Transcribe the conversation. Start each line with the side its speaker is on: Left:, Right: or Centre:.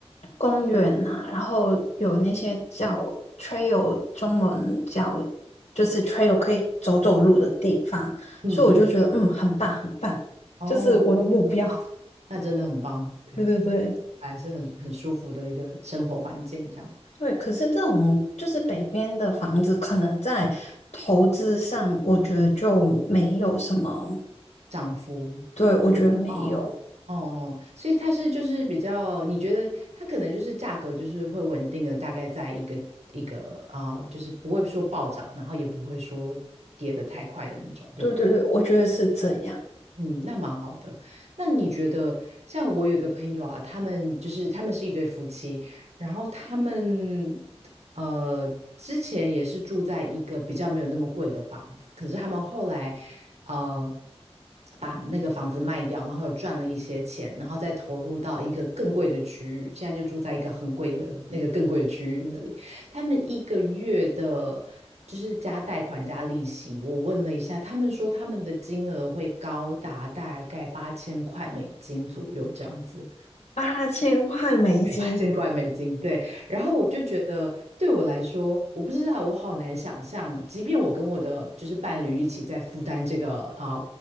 Left: 公园呐、然后有那些叫 trail，中文叫就是 trail 可以走走路的地方，
Right: 嗯嗯
Left: 所以我就觉得嗯很棒很棒，
Right: 哦，
Left: 就是我的目标。<laughs>
Right: 那真的很棒，对，
Left: 对对对。
Right: 还是很很舒服的一个生活环境，这样
Left: 对，可是这种就是北边的房子，可能在投资上，我觉得就没有什么。
Right: 涨幅
Left: 对，我觉得没有。
Right: 哦哦哦，所以它是就是比较，你觉得它可能就是价格就是会稳定的，大概在一个一个啊、就是不会说暴涨，然后也不会说跌得太快的那种，对不对？
Left: 对对对，我觉得是这样。
Right: 嗯，那蛮好的。那你觉得，像我有一个朋友啊，他们就是他们是一对夫妻，然后他们呃之前也是住在一个比较没有那么贵的房子，可是他们后来呃把那个房子卖掉，然后又赚了一些钱，然后再投入到一个更贵的区域，现在就住在一个很贵的那个更贵的区域那里。他们一个月的，就是加贷款加利息，我问了一下，他们说他们的金额会高达大概八千块美金左右这样子。
Left: 八千块美金
Right: 没 <laughs> 把见怪没劲，对。然后我就觉得，对我来说，我不知道，我好难想象，即便我跟我的就是伴侣一起在负担这个啊、